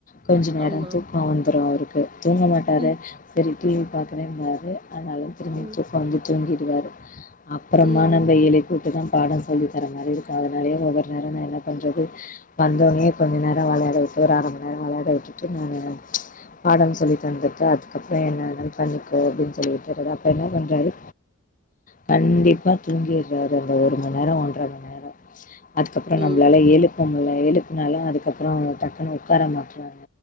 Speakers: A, on the left (about 40°); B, on the right (about 25°).
A: கொஞ்ச நேரோ
B: ஆமா
A: தூக்க வந்துரு அவருக்கு தூங்க மாட்டாரு
B: ம்
A: செரி டிவி பாக்றேம்பாரு ஆனாலு திரும்பி
B: ம்
A: தூக்க வந்து தூங்கிடுவாரு அப்பறமா
B: ம்
A: நம்ம எழுப்பி வுட்டு தா பாடோ சொல்லி தர மாதிரி இருக்கு அதனாலேய ஒவ்வொரு நேரோ நா என்ன பண்ணுறது வந்தோனே கொஞ்ச நேரோ வெளாட விட்டு ஒரு அர மணி நேரோ வெளாட விட்டுட்டு நானு ச் பாடம் சொல்லி தந்துட்டு அதுக்கப்பறோ என்ன வேனா பண்ணிக்கோ அப்டின்னு சொல்லிட்டு இப்ப என்ன பன்றாரு கண்டிப்பா தூங்கிடுறாரு அந்த ஒரு மணி நேரோ ஒன்றர மணி நேரோ அதுக்கப்றோ நம்மளாலா
B: ம்
A: எழுப்ப முடில எழுப்புனாலு அதுக்கப்பறோ அவ டக்குன்னு உட்கார மாட்ற்றா